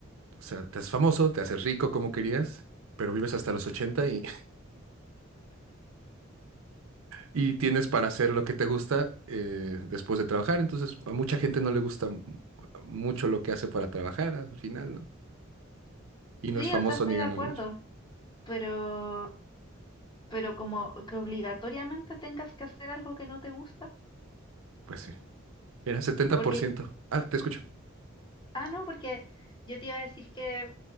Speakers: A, on the right; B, on the left.
A: o sea, te haces famoso, te haces rico como querías, pero vives hasta los ochenta y y tienes para hacer lo que te gusta eh, después de trabajar. Entonces, a mucha gente no le gusta m- mucho lo que hace para trabajar al final, ¿no? Y no
B: Sí,
A: es famoso
B: o sea, estoy
A: ni gana
B: de acuerdo,
A: mucho.
B: pero, pero como que obligatoriamente tengas que hacer algo que no te gusta,
A: Pues sí. Era setenta
B: porque,
A: por ciento Ah, te escucho.
B: ah, no, porque yo te iba a decir que